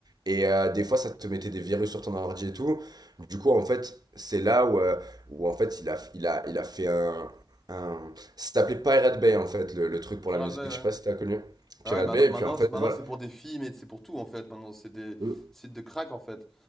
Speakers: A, on the right; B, in the centre.
A: Et euh, des fois, ça te mettait des virus sur ton ordi et tout. Du coup, en fait, c'est là où, euh, où en fait il a, il a, il a fait un, un... Ça s'appelait Pirate Bay en fait, le, le truc pour
B: Pirate
A: la musique,
B: Bay,
A: je
B: ouais.
A: sais pas si t'as connu.
B: Ah
A: Pirate
B: ouais, maintenant,
A: Bay,
B: maintenant,
A: et puis en fait
B: c'est maintenant,
A: voilà.
B: c'est pour des films et c'est pour tout en fait. Maintenant, c'est des
A: Euh,
B: sites de crack en fait.